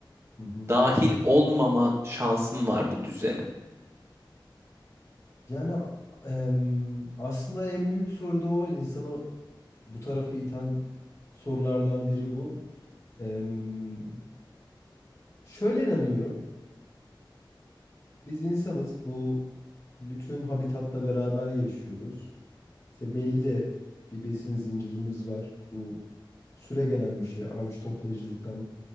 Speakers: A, on the left; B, on the right.
A: Hı hı.
B: Dahil olmama şansım var bu düzene.
A: Yani em, aslında en büyük soru da o insanı bu tarafa iten sorulardan biri bu. Em, şöyle inanıyorum. Biz insanız. Bu bütün habitatla beraber yaşıyoruz. İşte belli de bir besin zincirimiz var. Bu süregelen bir şey. Avcı toplayıcılıktan